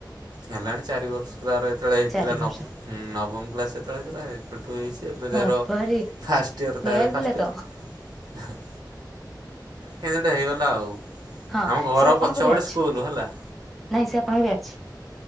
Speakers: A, on the right; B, in the centre.
A: ହେଲାଣି ଚାରି ବର୍ଷ ତାର ଯେତେବେଳେ ହେଇଥିଲା
B: ଚାରି
A: ନବ
B: ବର୍ଷ
A: ନବମ କ୍ଲାସ ଯେତେବେଳେ ହେଇଥିଲା ଏବେଠୁ ହେଇଛି ଏବେ
B: ବାବାରେ
A: ତାର ଫାଷ୍ଟ ୟର ତାର
B: ଲୟାଲ
A: ଏବେ ଫାଷ୍ଟ
B: ପିଲା ତ
A: ୟର୍। କେନ୍ ଗୋଟେ ହେଇଗଲା ଆଉ
B: ହଁ
A: ଆମ ଘର
B: ସେ ଆପଣଙ୍କ
A: ପଛ
B: ବ୍ୟାଚ୍
A: ଗଟେ ସ୍କୁଲ ହେଲା
B: ନାଇଁ ସେ ଆପଣଙ୍କ ବି ଅଛି।